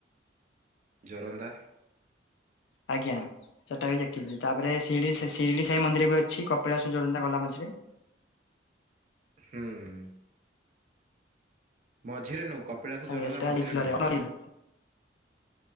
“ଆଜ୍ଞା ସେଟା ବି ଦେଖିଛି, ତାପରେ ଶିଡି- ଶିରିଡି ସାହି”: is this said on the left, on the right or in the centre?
Left